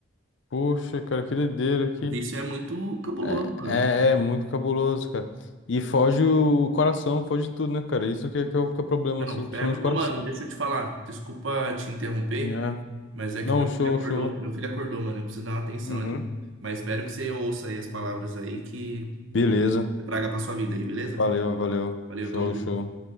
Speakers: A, on the left; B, on the right.
A: Poxa, cara, que doideira aqui.
B: Isso é muito cabuloso,
A: É,
B: mano.
A: é, é muito cabuloso, cara. E foge o coração, foge tudo, né, cara? Isso que é, que é o, que é o problema,
B: Não,
A: assim,
B: pega.
A: precisamos
B: Ô,
A: de coração.
B: mano, deixa eu te falar. Desculpa te interromper,
A: É.
B: mas é
A: Não,
B: que meu
A: show,
B: filho acordou.
A: show.
B: Meu filho acordou, mano. Eu preciso dar uma atenção
A: Uhum.
B: ali. Mas espero que você ouça aí as palavras aí que
A: Beleza.
B: traga pra sua vida aí, beleza?
A: Valeu, valeu.
B: Valeu,
A: Show,
B: tamo junto.
A: show.